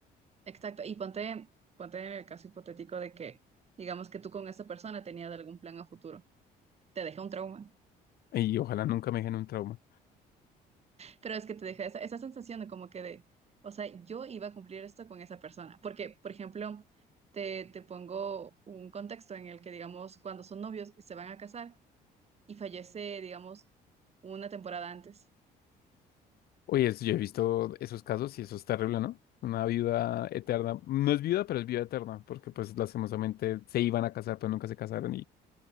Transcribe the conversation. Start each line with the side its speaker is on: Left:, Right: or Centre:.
Right: Exacto. Y ponte, ponte en el caso hipotético de que, digamos que tú con esa persona tenías algún plan a futuro. Te deja un trauma.
Left: Y ojalá nunca me dejen un trauma.
Right: Pero es que te deja esa, esa sensación de como que de, o sea, yo iba a cumplir esto con esa persona. Porque, por ejemplo, te, te pongo un contexto en el que, digamos, cuando son novios y se van a casar y fallece, digamos, una temporada antes.
Left: Oye, es- yo he visto esos casos y eso es terrible, ¿no? Una viuda eterna. No es viuda, pero es viuda eterna, porque pues lastimosamente se iban a casar, pero nunca se casaron